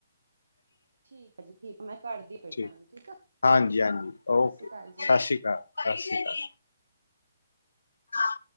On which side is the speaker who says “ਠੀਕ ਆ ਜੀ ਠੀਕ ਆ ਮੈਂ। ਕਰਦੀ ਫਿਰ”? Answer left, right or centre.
Right